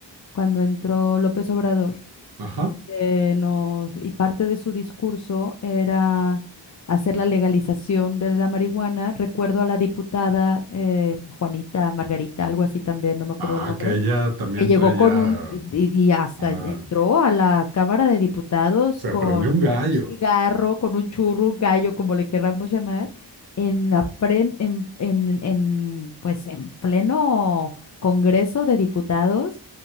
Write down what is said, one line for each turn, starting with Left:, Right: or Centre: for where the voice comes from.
Left: cuando entró López Obrador
Right: Ajá.
Left: y que nos, y parte de su discurso era hacer la legalización de la marihuana. Recuerdo a la diputada eh, Juanita, Margarita, algo así también, no me acuerdo
Right: Ah,
Left: el nombre
Right: que ella también
Left: que llegó
Right: traía.
Left: con un, y y hasta
Right: Ah,
Left: entró a la Cámara de Diputados
Right: se
Left: con
Right: prendió un
Left: un
Right: gallo.
Left: cigarro, con un churro, un gallo, como le querramos llamar, en la pren- en, en, en, pues en pleno Congreso de Diputados